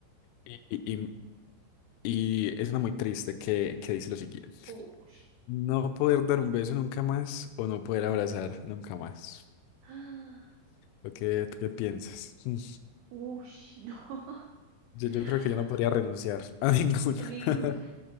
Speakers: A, on the left; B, on the right.
A: Y, y- y- y es una muy triste que, que dice lo siguiente.
B: Ush.
A: No poder dar un beso nunca más o no poder abrazar nunca más.
B: Ah,
A: ¿Lo que, tú qué piensas? Mm,
B: Ush, no.
A: Yo,
B: <laughs>
A: yo creo que yo no podría renunciar a ninguna.
B: Ninguna.
A: <laughs>